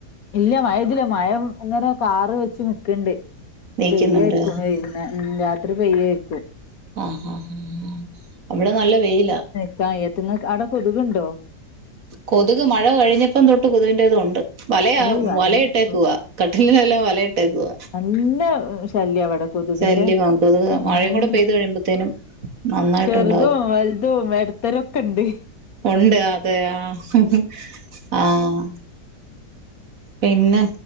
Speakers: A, on the left; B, on the right.
A: ഇല്ല മഴ പെയ്തില്ല മഴ ഇങ്ങനെ കാറി വച്ച് നിക്കണ്ട്
B: നീക്കുന്നുണ്ട്
A: പെയ്യായിരിക്കും വൈകുന്നേര ഉം രാത്രി പെയ്യായിരിക്കും
B: ആഹ് ആഹ് ഇവിടെ നല്ലവെയിലാ
A: <unintelligible> അവിടെ കൊതുകുണ്ടോ
B: കൊതുക് മഴ കഴിഞ്ഞപ്പതൊട്ട് കൊതുവിൻ്റേതുണ്ട് വലയാ
A: അത് നൽ
B: വലയിട്ടേക്കുവാ കട്ടിലിനെല്ലാം വലയിട്ടേക്കുവാ
A: നല്ല ശല്യഇവിടെ കൊതുകിൻ്റെ
B: ശല്യമാ കൊതുക്
A: ഉം
B: മഴയും കൂടെ പെയ്ത് കഴിയുമ്പത്തേനും നന്നായിട്ടുണ്ടാവും
A: ചെറുതും വലുതും എടത്ത എടത്തരൊക്കെ ഉണ്ട്
B: ഉണ്ട് അതെ ആഹ് ആഹ് പിന്നെ